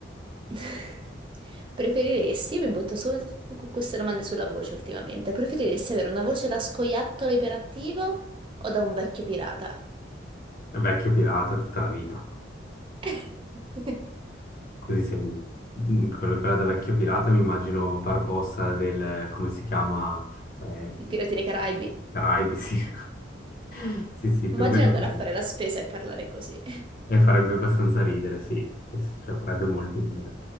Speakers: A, on the right (about 25°); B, on the left (about 45°).
A: <laughs> preferiresti, mi butto solo con queste domande sulla voce ultimamente, preferiresti avere una voce da scoiattolo iperattivo o da un vecchio pirata?
B: È Vecchio pirata tutta la vita.
A: <laughs>
B: Così sei... Mm, quello- Quella da vecchio pirata mi immagino Barbossa del... come si chiama? Eh,
A: I Pirati dei Caraibi.
B: Caraibi, sì. <laughs> Sì, sì,
A: Immagina
B: più o meno
A: andare
B: così.
A: a fare la spesa e parlare così.
B: E farebbe abbastanza ridere, sì. sì, sì, Cioè, farebbe molto ridere.